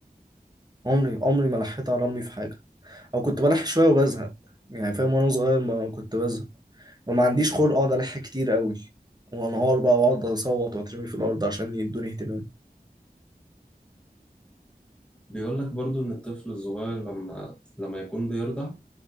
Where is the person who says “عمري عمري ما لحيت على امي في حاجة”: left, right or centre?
Right